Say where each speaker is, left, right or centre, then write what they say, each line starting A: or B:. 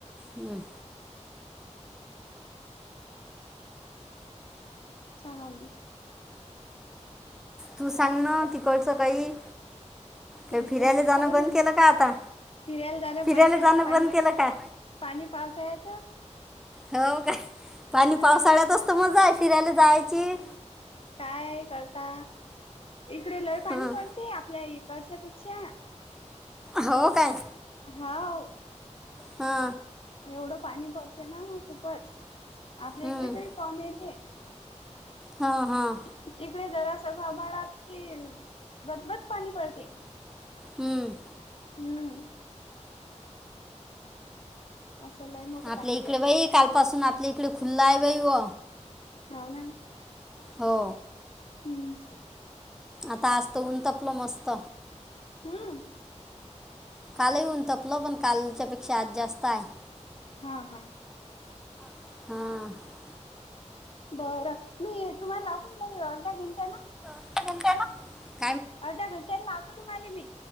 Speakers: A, in the centre; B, on the left.
A: हम्म.
B: <unintelligible>
A: तू सांग
B: काम
A: ना
B: झाले
A: तिकडच काही ते
B: इकडचं
A: फिरायला जाणं
B: काही
A: बंद
B: नाही
A: केलं
B: बा.
A: का आता,
B: सिरियल जाणं
A: फिरायला
B: बंद
A: जाणं
B: केलं पाणी
A: बंद केलं का?
B: पाणी पावसाळ्यात
A: हो काय, पाणी
B: अ
A: पावसाळ्यात असतो मजा आहे फिरायला जायची.
B: काय करता, इकडे लय पाणी
A: हं.
B: पडते आपल्या इकडच्या पेक्षा.
A: हो काय?
B: हाव.
A: हा.
B: एवढं पाणी पडतय ना खूपच, आपल्या
A: हं.
B: इकडे तरी कम येते.
A: हां हां
B: इकडे जरा सगळं भाडात कि, बदबद पाणी पडते.
A: हम्म.
B: हम्. असं लय मोठं
A: आपल्या
B: पाणी
A: इकडे
B: पडते
A: बाई कालपसून आपल्या इकडे खुल आहे बाई व.
B: हाव ना.
A: हो.
B: हम्म.
A: आता आजत ऊन तापलं मस्त.
B: हम.
A: काल ही ऊन तपलं पण कालच्या पेक्षा आज जास्त हाय.
B: हा हा.
A: हा.
B: बरं मी तुम्हाला लाखून जाऊ अर्ध्या घंट्या न.
A: <unintelligible>
B: अर्ध्या घंट्या लावतो तुम्हाला मी.